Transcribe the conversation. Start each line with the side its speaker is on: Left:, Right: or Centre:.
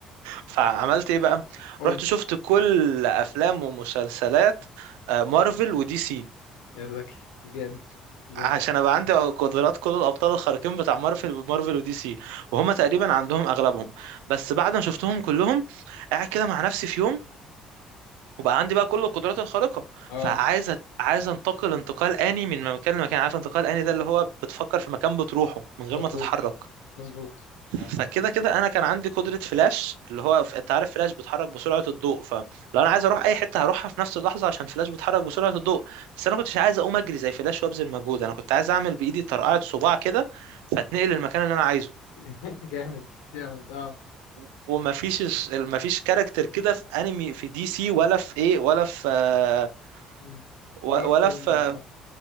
Right: فعملت ايه بقى
Left: قول
Right: رحت شفت كل افلام ومسلسلات آه، مارفل ودي سي
Left: يا زكي جامد جامد
Right: عشان ابقى عندي قدرات كل الابطال الخارقين بتاع مارفل مارفل ودي سي وهم تقريبا عندهم اغلبهم بس بعد ما شفتهم كلهم قاعد كده مع نفسي في يوم وبقى عندي بقى كل القدرات الخارقة
Left: اه
Right: فعايز أت- عايز انتقل انتقال آني من مكان لمكان عارف انتقال آني ده اللي هو بتفكر في مكان بتروحه من غير
Left: مظبوط
Right: ما تتحرك
Left: مظبوط
Right: فكده
Left: آه.
Right: كده انا كان عندي قدره فلاش اللي هو ف- انت عارف فلاش بيتحرك بسرعه الضوء فلو انا عايز اروح اي حته هروحها في نفس اللحظه عشان فلاش بيتحرك بسرعه الضوء بس انا كنتش عايز اقوم اجري زي فلاش وابذل مجهود انا كنت عايز اعمل بايدي طرقعه صباع كده فاتنقل للمكان اللي انا عايزه
Left: <laughs> جامد جامد اه
Right: و- ومفيش الس- مفيش كاركتر كده في انمي في دي سي ولا في ايه ولا في آه،
Left: مم.
Right: و-
Left: ولا فيلم
Right: ولا في
Left: ولا
Right: آه،
Left: آه.